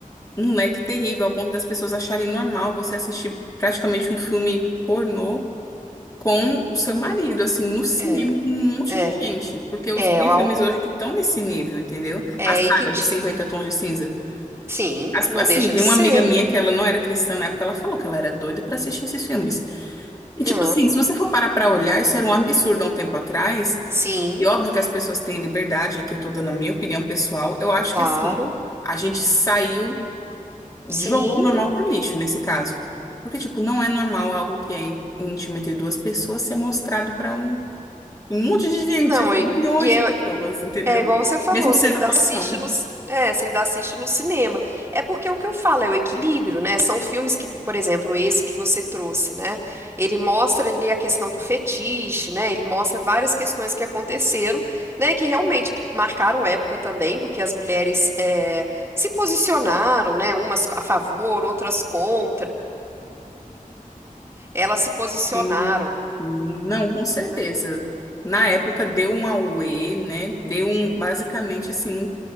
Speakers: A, on the left (about 25°); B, on the right (about 15°).
A: um leque terrível ao ponto das pessoas acharem normal você assistir praticamente um filme pornô com o seu marido, assim, no cinema
B: é,
A: com um monte
B: é,
A: de gente, porque os-
B: é
A: tem
B: algo
A: filmes hoje que estão nesse nível, entendeu?
B: é
A: A saga
B: e que te-
A: de cinquenta Tons de Cinza
B: sim,
A: as-
B: não
A: Assim,
B: deixa
A: tem
B: de
A: uma
B: ser.
A: amiga minha que ela não era cristã na época, ela falou que ela era doida pra assistir esses filmes. E
B: É,
A: tipo assim, se você for parar pra olhar, isso era um absurdo há um tempo atrás.
B: sim,
A: E óbvio que as pessoas têm liberdade, aqui eu tô dando a minha opinião pessoal. Eu acho
B: claro.
A: que assim, a gente saiu,
B: Sim.
A: jogou o normal pro lixo nesse caso. Porque tipo, não é normal algo que é ín- íntimo entre duas pessoas ser mostrado pra um, um monte de gente,
B: Não,
A: assim,
B: e,
A: milhões
B: e é-
A: de pessoas, entendeu?
B: É igual você falou,
A: Mesmo sendo
B: você ainda
A: atuação.
B: assiste nos, é, você ainda assiste no cinema. É porque é o que eu falo é o equilíbrio, né? São filmes que, por exemplo, esse que você trouxe, né? Ele mostra ali a questão do fetiche, né? Ele mostra várias questões que aconteceram, né? Que realmente que marcaram época também, porque as mulheres é, se posicionaram, né? Umas a favor, outras contra. Elas se posicionaram.
A: Hum, hum, Não, com certeza.
B: né?
A: Na época deu um auê, né? Deu um, basicamente assim,